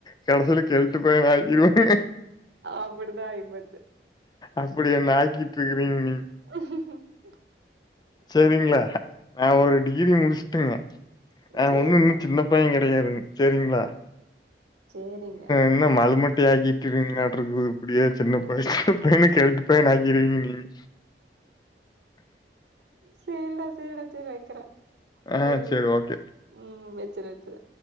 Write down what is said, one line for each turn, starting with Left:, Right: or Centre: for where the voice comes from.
Left: கடைசில கெள்ட்டு பையனாக்கிடுவாய்ங்க
Right: அப்படிதா ஆயிப்போச்சு
Left: அப்படியென்ன ஆக்கிட்டு இருக்குறீங்க நீங்
Right: உ
Left: செரிங்களா நா ஒரு டிகிரி முடிச்சுட்டுங்க அ
Right: சேரிங்க
Left: ஒண்ணு இன்னோ சின்ன பைய கெடையாதுங்க செரிங்களா
Right: செரிங்க
Left: இன்னோ மலமட்டையாக்கிட்டு இருங்கீங்கலாட்ருக்குது இப்புடியே சின்ன பைய சின்ன பையனு கெழுட்டு பையன் ஆக்கிடுவீங்க நீங்க
Right: செரிடா செரிடா செரி வெக்கறே
Left: ஆ
Right: வெய்யு
Left: சரி ஓகே.
Right: ம் வெச்சிரு வெச்சிரு